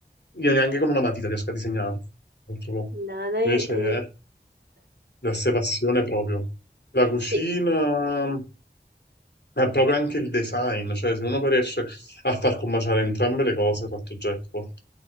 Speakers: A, on the left; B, on the right.
A: io neanche con una matita riesco a disegnare, purtroppo.
B: no, noi...
A: Invece
B: <laughs> eh,
A: è l'esse passione proprio. La cucina
B: Sì,
A: è proprio anche il design, cioè se uno poi riesce a far combaciare entrambe le cose, ha fatto jackpot.